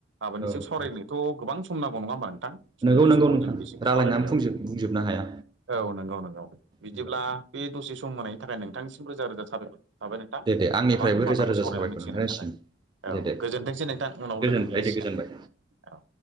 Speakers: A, on the right (about 70°); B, on the right (about 25°).
A: आबादनि
B: औ
A: सायाव सावरायनायथ'
B: औ
A: गोबां सम नांगौ नङा होमबा नोंथां सुंद'
B: नंगौ नंगौ
A: समाव
B: नोंथां
A: जों बिसोरखौ
B: रायलायनानै
A: सावरायबाय
B: बुंजोब
A: औ
B: बुंजोबनो हाया
A: औ नंगौ नंगौ बि
B: नंगौ
A: दिब्ला बे दसे सम होनायनि थाखाय नोंथांनिसिम रोजा रोजा साबायखर थाबाय नोंथां
B: दे दे आंनिफ्रायबो
A: गोबां बाथ्राखौ
B: रोजा रोजा
A: सावरायनानै
B: साबायखर
A: मिथिहोनायनि
B: नोंथांनिसिम
A: थाखाय
B: दे
A: औ
B: दे
A: गोजोनथोंसै नोंथां उनाव
B: गोजोनबाय
A: लोगो मोनलायसिगोन
B: दे गोजोनबाय
A: औ